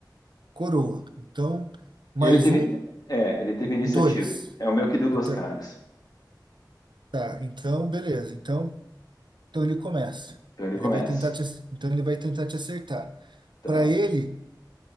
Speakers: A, on the right (about 75°); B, on the left (about 55°).
A: coroa. Então, mais
B: Ele teve,
A: um,
B: é, ele teve
A: dois.
B: iniciativa. É o meu que deu duas
A: Então,
B: caras.
A: tá, então, beleza. Então, então ele começa.
B: Então ele
A: Ele
B: começa.
A: vai tentar te, ac- então ele vai tentar te acertar.
B: Tá.
A: Para ele,